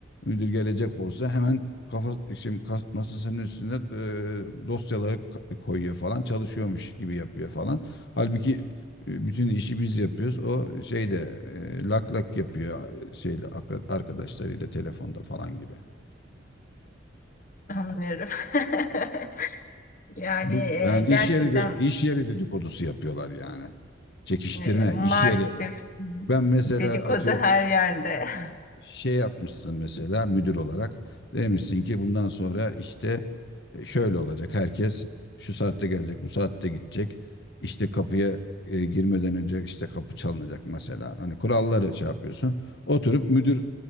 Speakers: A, on the left (about 60°); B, on the left (about 45°).
A: müdür gelecek olsa hemen kafa şimdi kas- masasının üstüne e, dosyaları koyuyor falan çalışıyormuş gibi yapıyor falan. Halbuki e, bütün işi biz yapıyoruz. O şeyde e, lak lak yapıyor e, şeyle akra- arkadaşlarıyla telefonda falan gibi.
B: anlıyorum. <laughs> Yani
A: Bu
B: e,
A: yani iş
B: gerçekten
A: yeri de- iş yeri dedikodusu yapıyorlar yani. Çekiştirme,
B: e, maalesef
A: iş yeri. Ben mesela
B: dedikodu
A: atıyor
B: her yerde. <laughs>
A: şey yapmışsın mesela müdür olarak demişsin ki bundan sonra işte e, şöyle olacak herkes şu saatte gelecek bu saatte gidecek işte kapıya e, girmeden önce işte kapı çalınacak mesela hani kuralları şey yapıyorsun oturup müdür